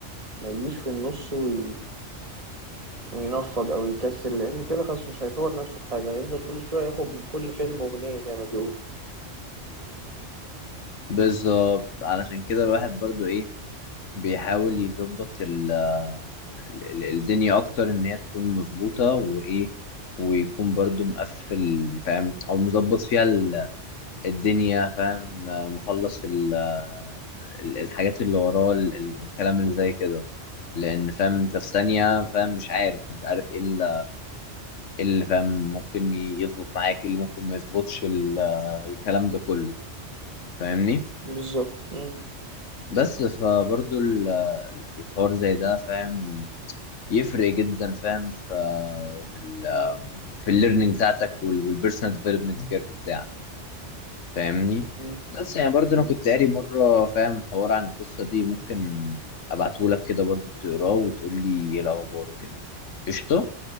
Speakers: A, on the right; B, on the left.
A: ما يجيش في النص وي... وينفض او يكسل لان كده خلاص مش هيطور نفسه في حاجه هيفضل كل شويه ياخد من كل فيلم اغنيه زي ما بيقولوا
B: بالظبط علشان كده الواحد برضو ايه بيحاول يظبط ال- ال- الدنيا اكتر ان هي تكون مظبوطة وايه ويكون برضو مقفل فاهم او مظبط فيها الدنيا فاهم آه، مخلص ال- آه، ال- الحاجات اللي وراه ال- ال- الكلام اللي زي كده لان فاهم انت في ثانيه فاهم مش عارف مش عارف ايه ال- إيه اللي فاهم ممكن ي- يظبط معاك إيه اللي ممكن ما يظبطش ال- آه، الكلام ده كله فاهمني
A: بالظبط م-
B: بس فبرضو ال- آه، الحوار زي ده فاهم يفرق جدا فاهم في في ال في الليرنينج بتاعتك والبيرسونال ديفلوبمنت كيرف بتاعك فاهمني
A: م-
B: بس يعني برضه
A: م.
B: انا كنت قاري مره فاهم حوار عن القصه دي ممكن ابعتهولك كده برضه تقراه وتقول لي ايه الاخبار وكده قشطه